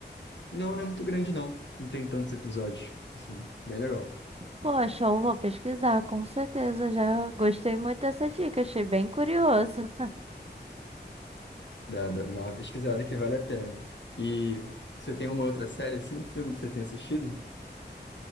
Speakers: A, on the left (about 80°); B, on the right (about 35°).
A: Não, não é muito grande, não. Não tem tantos episódios. Enfim, bem legal.
B: Poxa, eu vou pesquisar, com certeza. Já gostei muito dessa dica, achei bem curioso. <laughs>
A: Dá, dá dá uma pesquisada que vale a pena. E você tem uma outra série, assim, um filme que você tem assistido?